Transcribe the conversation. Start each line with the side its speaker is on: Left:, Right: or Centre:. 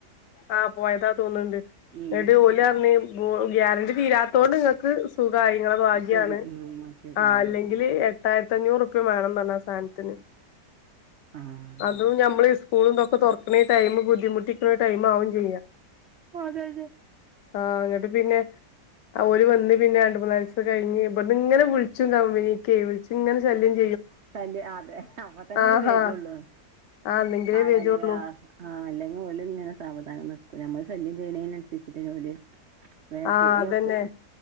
Left: ആഹ് പോയതാ തോന്നുണ്ട്
Right: ഉം
Left: എന്നട്ട് ഓലറിഞ് <unintelligible> ഗ്യാരണ്ടി തീരാത്തോണ്ട് നിങ്ങക്ക് സുഖായി നിങ്ങള ഭാഗ്യാണ്
Right: സുഖ ആഹ് മാറ്റി
Left: ആ
Right: ആഹ്
Left: അല്ലെങ്കിൽ എ പത്തായിരത്തി അഞ്ഞൂറ് റുപ്യ വേണം പറഞ്ഞു ആ സാധനത്തിന്
Right: ആഹ്
Left: അതും നമ്മളീ സ്കൂള്ന്തൊക്കെ തുറക്കണ ഈ ടൈമ് ബുദ്ധിമുട്ടി <unintelligible> ടൈം ആവും ചെയ്യാം
Right: അതെ അതെ
Left: ആഹ് ഇന്നട്ട് പിന്നെ ഓല് വന്ന് പിന്നെ രണ്ട് മൂന്നാലിസം കഴിഞ് ഇബട്ന്ന് ഇങ്ങനെ വിളിച്ചും കമ്പനിക്ക് വിളിച്ച് ഇങ്ങനെ ശല്യ
Right: <unintelligible> അതെ അപ്പ തന്നെ
Left: ആഹാ
Right: ഓരു വെരുള്ളൂ
Left: ആഹ് ഇന്നെങ്കിലേ
Right: ആയാലോയാ
Left: വെരൊള്ളൂ
Right: ആ അല്ലെങ്കി ഓല്ങ്ങനെ സാവധാനം നിക്കും ഞമ്മള് ശല്യം ചെയ്യന്നനുസരിച്ചിട്ട് ഓല് വേം
Left: ആഹ്
Right: ശരിയാക്കും
Left: അതന്നെ